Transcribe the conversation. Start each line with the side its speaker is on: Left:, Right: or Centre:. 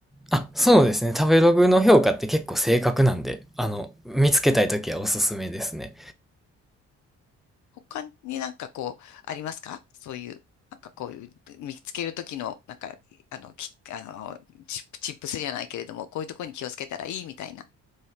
Centre: あ、そうですね。食べログの評価って結構正確なんで、あの、見つけたい時はおすすめですね。
Left: 他になんかこう、ありますかそういう、なんかこういう、見つけるときの、なんか、あの、き、あの、チップ、チップスじゃないけれども、こういうところに気をつけたらいいみたいな。